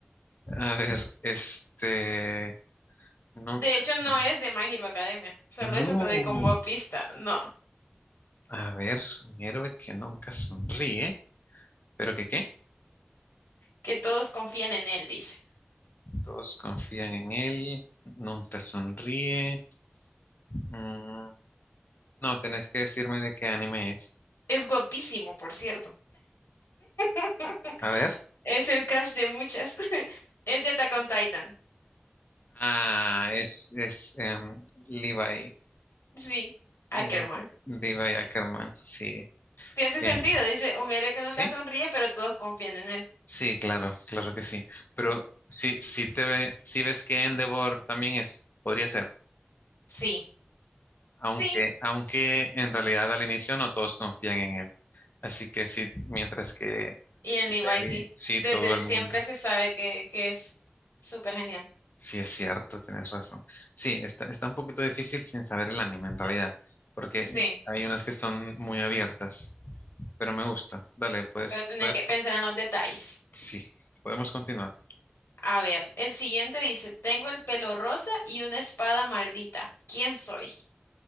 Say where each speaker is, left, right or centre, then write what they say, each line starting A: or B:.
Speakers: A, on the left; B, on the left.
A: A ver, este, nunca.
B: De hecho, no
A: son-
B: es de My Hero Academia. Solo
A: No.
B: eso te doy como pista. No,
A: A ver, un héroe que nunca sonríe, pero que qué?
B: que todos confían en él, dice.
A: Todos confían en él, nunca sonríe. Mm, no, tenés que decirme de qué anime es.
B: Es guapísimo, por cierto. <laughs>
A: A ver.
B: Es el crush de muchas. <laughs> Es de Attack on Titan.
A: Ah, es, es em, Levi.
B: Sí, Ackerman.
A: eh, Levi Ackerman, sí.
B: Te hace
A: Bien.
B: sentido, dice, un héroe que
A: ¿Sí?
B: nunca sonríe, pero todos confían en él.
A: Sí, claro, claro que sí. Pero sí, sí te ve, sí ves que Endeavor también es, podría ser,
B: Sí,
A: aunque,
B: sí,
A: aunque en realidad al inicio no todos confían en él. Así que sí, mientras que
B: y en Levi
A: Levi,
B: sí.
A: sí, todo
B: Desde
A: el
B: siempre
A: mundo.
B: se sabe que, que es súper genial.
A: Sí, es cierto, tienes razón. Sí, está, está un poquito difícil sin saber el anime en realidad, porque
B: Sí,
A: hay unas que son muy abiertas, pero me gusta. Dale, pues,
B: pero tenés
A: puedes,
B: que pensar en los detalles.
A: sí, podemos continuar.
B: A ver, el siguiente dice, tengo el pelo rosa y una espada maldita. ¿Quién soy?